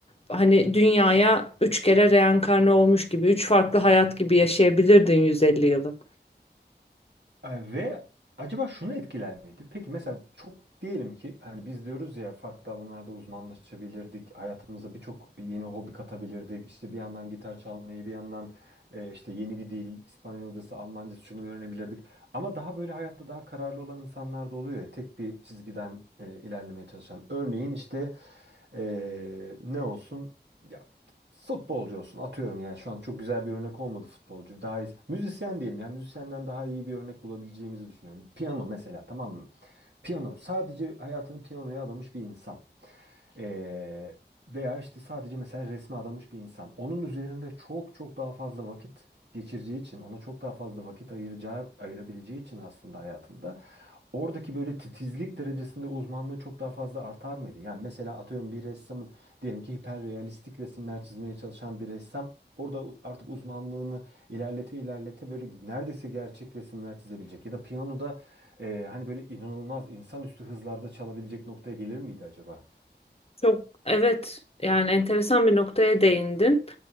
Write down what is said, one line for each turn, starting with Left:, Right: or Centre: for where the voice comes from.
Left: hani dünyaya üç kere reenkarne olmuş gibi, üç farklı hayat gibi yaşayabilirdin 150 yılı.
Right: E, Ve acaba şunu etkiler miydi? Peki mesela çok diyelim ki hani biz diyoruz ya farklı alanlarda uzmanlaşabilirdik. Hayatımıza birçok yeni hobi katabilirdik. İşte bir yandan gitar çalmayı, bir yandan e, işte yeni bir dil, İspanyolcası, Almancası şunu öğrenebilirdik. Ama daha böyle hayatta daha kararlı olan insanlar da oluyor ya tek bir çizgiden e, ilerlemeye çalışan. Örneğin işte e, ne olsun? Futbolcu olsun atıyorum yani şu an çok güzel bir örnek olmadı futbolcu. Daha iyi, müzisyen diyelim yani müzisyenden daha iyi bir örnek bulabileceğimizi düşünüyorum. Piyano mesela tamam mı? Piyano sadece hayatını piyanoya adamış bir insan. Ee, veya işte sadece mesela resme adamış bir insan. Onun üzerinde çok çok daha fazla vakit geçireceği için, ona çok daha fazla vakit ayıracağı, ayırabileceği için aslında hayatında oradaki böyle titizlik derecesinde uzmanlığı çok daha fazla artar mıydı? Yani mesela atıyorum bir ressamın diyelim ki hiperrealistik resimler çizmeye çalışan bir ressam orada artık uzmanlığını ilerlete ilerlete böyle neredeyse gerçek resimler çizebilecek ya da piyanoda e, hani böyle inanılmaz insanüstü hızlarda çalabilecek noktaya gelir miydi acaba?
Left: Çok evet yani enteresan bir noktaya değindin.